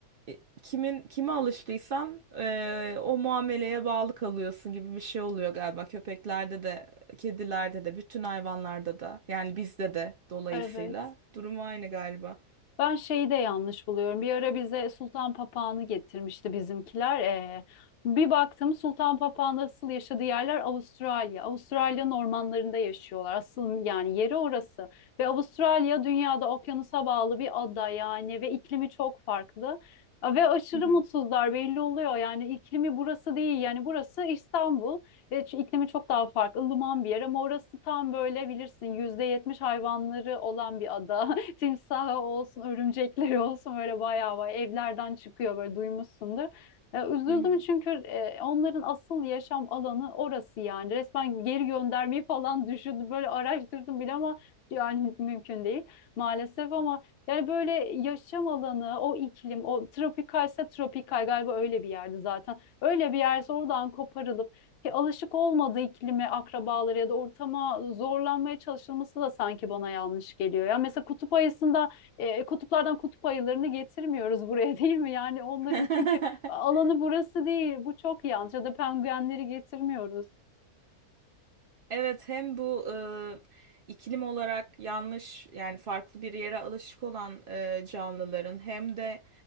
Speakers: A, on the right; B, on the left.
A: e, kimin kime alıştıysan e, o muameleye bağlı kalıyorsun gibi bir şey oluyor galiba. Köpeklerde de, kedilerde de, bütün hayvanlarda da. Yani bizde de dolayısıyla.
B: <laughs> evet.
A: Durum aynı galiba.
B: Ben şeyi de yanlış buluyorum. Bir ara bize sultan papağanı getirmişti bizimkiler. Ee, bir baktım sultan papağanı asıl yaşadığı yerler Avustralya. Avustralya'nın ormanlarında yaşıyorlar. Asıl yani yeri orası. Ve Avustralya dünyada okyanusa bağlı bir ada yani ve iklimi çok farklı. Ve aşırı
A: Hı hı.
B: mutsuzlar belli oluyor. Yani iklimi burası değil. Yani burası İstanbul. Ve ç- iklimi çok daha farklı. ılıman bir yer ama orası tam böyle bilirsin yüzde yetmiş hayvanları olan bir ada. <laughs> <laughs> timsahı olsun, örümcekleri olsun böyle bayağı bayağı evlerden çıkıyor böyle duymuşsundur. E, üzüldüm
A: Hı hı.
B: çünkü e, onların asıl yaşam alanı orası yani. Resmen geri göndermeyi falan <laughs> düşündüm. Böyle araştırdım bile ama yani mümkün değil maalesef ama yani böyle yaşam alanı, o iklim, o tropikalse tropikal galiba öyle bir yerde zaten. Öyle bir yerse oradan koparılıp ki alışık olmadığı iklime, akrabaları ya da ortama zorlanmaya çalışılması da sanki bana yanlış geliyor. Ya mesela kutup ayısında e, kutuplardan kutup ayılarını getirmiyoruz buraya <laughs> değil mi? Yani onların
A: <laughs>
B: çünkü alanı burası değil. Bu çok yanlış. Ya da penguenleri getirmiyoruz.
A: Evet hem bu e, iklim olarak yanlış yani farklı bir yere alışık olan e, canlıların hem de